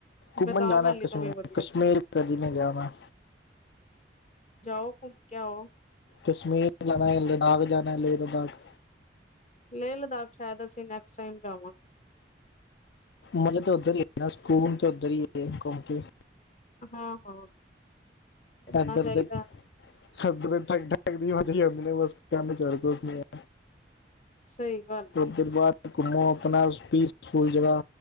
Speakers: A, on the left; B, on the left.
A: ਘੁੰਮਣ
B: ਬੇਤਾਬ
A: ਜਾਨਾ
B: ਵੈਲੀ
A: ਕਸ਼ਮੀਰ,
B: ਤੋਂ ਵੀ ਵਧੀਆ
A: ਕਸ਼ਮੀਰ ਕਦੀ ਨਹੀਂ ਜਾਣਾ।
B: ਜਾਓ ਘੁੰਮ ਕੇ ਆਓ।
A: ਕਸ਼ਮੀਰ ਜਾਣਾ, ਲਦਾਖ ਜਾਣਾ, ਲੇ ਲਦਾਖ।
B: ਲੇਹ ਲਦਾਖ ਸ਼ਾਇਦ ਅਸੀਂ ਨੈਕਸਟ ਟਾਈਮ ਜਾਵਾਂਗੇ।
A: ਮੇਜੇ ਤਾਂ ਇੱਧਰ ਹੀ ਐ ਨਾ ਸਕੂਨ ਤਾਂ ਉੱਧਰ ਈ ਹੈ ਘੁੰਮ ਕੇ।
B: ਹਾਂ ਹਾਂ। ਘੁੰਮਣਾ
A: ਇੱਦਰ
B: ਚਾਹੀਦਾ
A: ਦੇ, ਇਦਰ ਠੱਗ <unintelligible> ਵੱਜ ਹੀ ਆਉਂਦੀ ਨੇ ਬਸ ਕੰਮ ਚਲ ਪੈ ਮੇਰਾ।
B: ਸਹੀ। ਗੱਲ
A: ਫਿਰ
B: ਹੈ
A: ਦਿਨ ਬਾਅਦ ਘੁੰਮੋ ਆਪਣਾ ਪੀਸਫੁਲ ਜਗ੍ਹਾ,